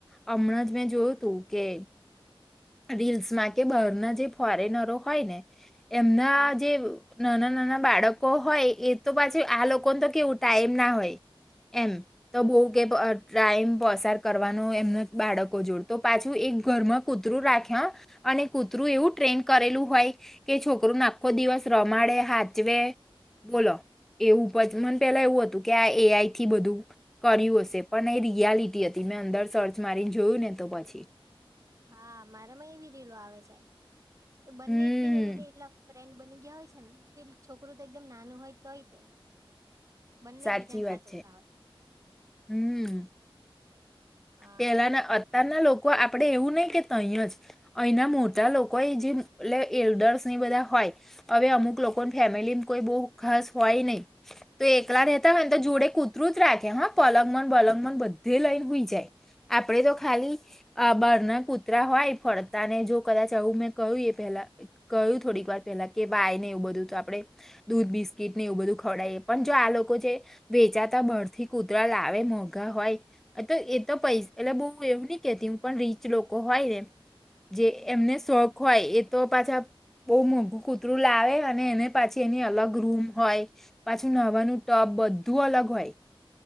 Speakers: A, in the centre; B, on the right.
A: હમણાં જ મેં જોયું તું કે રીલ્સમાં કે બહારના જે ફોરેનરો હોય ને એમના
B: હમ
A: જે નાના નાના બાળકો હોય એ તો પાછું આ લોકોને તો કેવું ટાઈમ ના હોય એમ તો બહું કે ટાઈમ પસાર કરવાનો એમનું બાળકો જોડે તો પાછું એક ઘરમાં કૂ કૂતરું રાખે હા અને કૂતરું એવું ટ્રેન કરેલું હોય. કે છોકરુ ને આખો દિવસ રમાડે, હાચવે. બોલો એવું મને પેલા એવું હતું કે આ એઆઈ થી બધું કર્યું હશે પણ એ રિયાલિટી હતી મેં અંદર સર્ચ મારીને જોયું ને તો પછી
B: હા મારામાં એવી રીલો આવે છે કે બંને
A: હમ
B: એકબીજા જોડે એટલા ફ્રેન્ડ બની ગયા હોય છે ને કે છોકરું તો એકદમ નાનું હોય તોય તે બંને
A: સાચી
B: એકબીજાને
A: વાત
B: સાચવતા
A: છે.
B: હોય.
A: હમમ.
B: હા.
A: પેલાના અત્યારના લોકો આપડે એવું નય કે ત્ય જ અય ના મોટા લોકો એ જે એટલે એલ્ડર્સ ને એ બધા હોય હવે અમુક લોકો ના ફેમિલી માં કોઈ બહુ ખાસ હોય નય. તો એકલા રહેતા હોય ને તો જોડે કૂતરું જ રાખે હા પલંગ માંને બલંગ માં બધે લઈને હુંય જાય. આપણેે તો ખાલી આ બારના કુતરા હોય ફરતા ને જો કદાચ આવું મેં કહ્યું એ પેલા કહ્યું થોડીક વાર પહેલા કે ભાય ને એવું બધું તો આપડે દૂધ, બિસ્કીટ ને એવું બધું ખવડાવીએ પણ જો આ લોકો છે વેચાતા બાર થી કૂતરા લાવે મોઘા હોય તો એ તો પૈસ એટલે બહુ એવું નહી કેતી હું પણ રીચ લોકો હોય ને, જે
B: હમ
A: એમને શોખ ખ હોય. એ તો પાછા બહુ મોંઘું કૂતરું લાવે, અને એને પાછી એની અલગ રૂમ હોય. પાછું નહાવાનું ટપ બધું અલગ હોય.